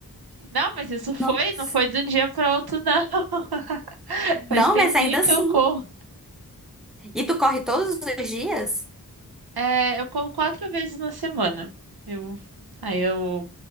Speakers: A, on the right (about 85°); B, in the centre.
A: Não, mas isso foi,
B: nossa.
A: não foi de um dia para outro, não. <laughs> Faz
B: Não,
A: tempinho
B: mas ainda assim.
A: que eu corro.
B: E tu corre todos os dias?
A: É, eu corro quatro vezes na semana. Eu, aí eu,